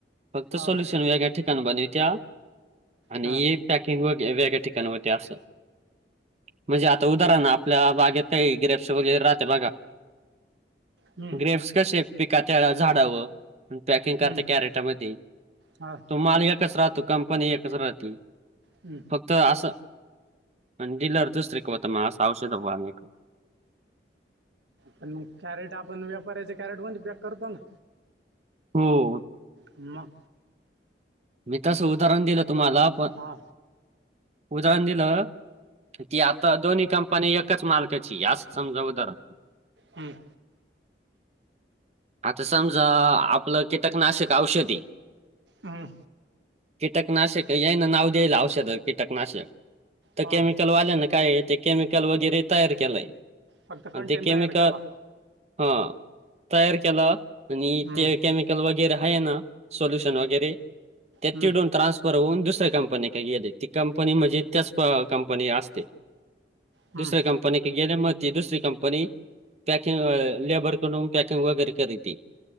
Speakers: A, on the right; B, on the right.
A: फक्त
B: हा
A: सोल्युशन वेगळ्या ठिकाण बनवित्या आणि
B: हा
A: हे पॅकिंग वगैरे वेगळ्या ठि ठिकाणी होत्या आसं. म्हणजे आता उदाहरण, आपल्या बागेतही ग्रेप्स वगैरे राहते बघा.
B: हं,
A: ग्रेप्स कशे पिकात्या झाडावर आन पॅकिंग करता
B: हं,
A: कॅरेटामधी,
B: हा
A: तो माल एकच राहतो कंपनी एकच राहती
B: हम्म.
A: फक्त आसं. आणि डिलर दुसरीक होता मा, आसा औषध फवारणी क
B: पण मग, कॅरेट आपण व्यापाराच्या कॅरेट मधी पॅक करतो ना.
A: हो.
B: म.
A: मी तस उदाहरण दिलं तुम्हाला पन
B: हा
A: उदाहरण दिलं की ती आता, दोन्ही कंपनी एकच मालकाची ए अस समजा उदाहरण
B: हम्म.
A: आता समजा, आपलं कीटकनाशक औषध ए
B: हम्म.
A: कीटकनाशक याना नाव द्यायला, औषधं कीटकनाश तर
B: हा
A: केमिकल वाल्या न काय ते, केमिकल वगैरे तयार केलंय
B: फक्त
A: आणि
B: कंटेन
A: ते केमिकल
B: तयार केला.
A: हा तयार केला आणि
B: हम्म.
A: ते केमिकल वगैरा आहे ना सोल्युशन वगैरे त्यात
B: हम्म.
A: चिडवून ट्रान्सफर होऊन दसत कंपनी का ये ती कंपनी म्हणजे त्याच प कंपनी असते.
B: हम्म.
A: दुसऱ्या कंपनी क गेले मती दुसरी कंपनी पॅकिंग लेबरकडून पॅकिंग वगैरे करिते.